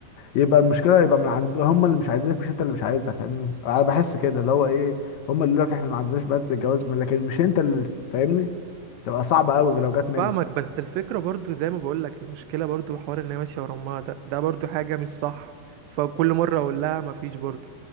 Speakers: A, on the left (about 70°); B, on the right (about 75°).
A: يبقى المشكله يبقى من عند هم اللي مش عايزينك مش انت اللي مش عايزها فاهمني انا بحس كده اللي هو ايه هم اللي يقول لك احنا ما عندناش بنات للجواز من- لكن مش انت اللي فاهمني تبقى صعبه قوي لو جت منك
B: فاهمك بس الفكره برضو زي ما بقول لك المشكله برضو حوار ان هي ماشيه ورا امها ده ده برضو حاجه مش صح فكل مره اقول لها مفيش برضو